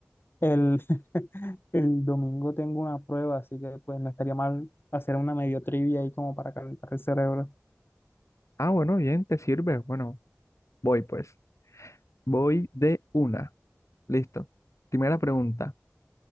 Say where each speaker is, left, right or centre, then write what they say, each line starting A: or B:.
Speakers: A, on the left; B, on the left.
A: el, <laughs> el domingo tengo una prueba, así que pues no estaría mal hacer una medio trivia ahí como para calentar el cerebro.
B: Ah, bueno, bien, te sirve. Bueno, voy pues. Voy de una. Listo. Primera pregunta.